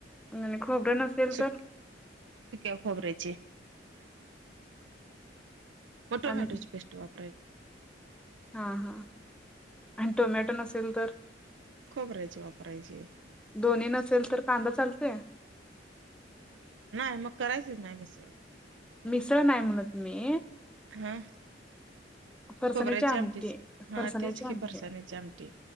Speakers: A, in the centre; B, on the right.
A: आणि खोबरं नसेल
B: सुक्या
A: तर
B: खोबरा्यायचे मग टोमॅटोची
A: आणि
B: पेस्ट वापरायची
A: हा हा आणि टोमॅटो नसेल तर
B: खोबरायची वापरायची
A: दोन्ही नसेल तर कांदा चालतोय
B: नाही मग करायचच नाही मिस सगळ
A: मिस्र नाही म्हणत मी
B: हा
A: फरसाण्याची
B: खोबऱ्याचे आमटी हा
A: फरसाण्याची
B: तेच की
A: आमटी
B: फरसाण्याचे आमटे